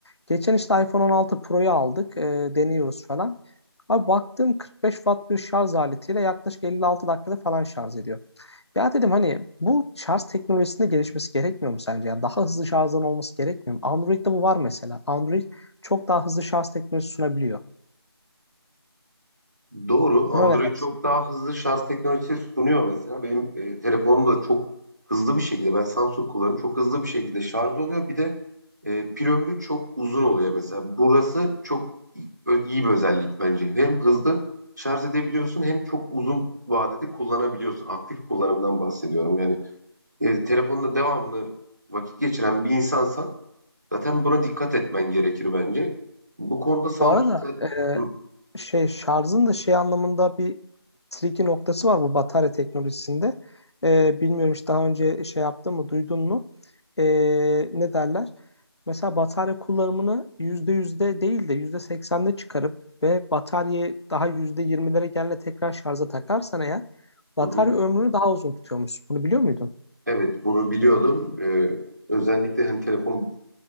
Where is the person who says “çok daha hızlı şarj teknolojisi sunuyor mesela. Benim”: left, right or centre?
Right